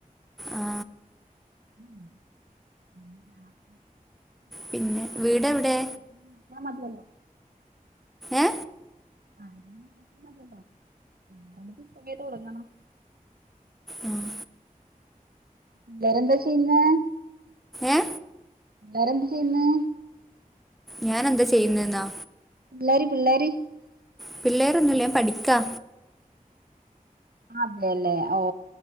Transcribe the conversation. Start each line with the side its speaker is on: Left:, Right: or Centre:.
Centre: ആ
Right: <inaudible> ആ
Centre: പിന്നെ
Right: <inaudible>
Centre: വീടെവിടെ
Right: നോക്കിയ മതിയല്ലോ
Centre: ഏ
Right: <inaudible> <unintelligible> തുടങ്ങണം
Centre: ആഹ്
Right: എല്ലരും എന്താ ചെയ്യുന്നേ
Centre: ഏ
Right: പിള്ളാര് എന്ത് ചെയ്യുന്ന്
Centre: ഞാൻ എന്താ ചെയ്യുന്നേന്നോ
Right: പിള്ളേര് പിള്ളേര്
Centre: പിള്ളേരൊന്നുല്ല ഞാൻ പഠിക്കാ
Right: അതെല്ലേ ഓ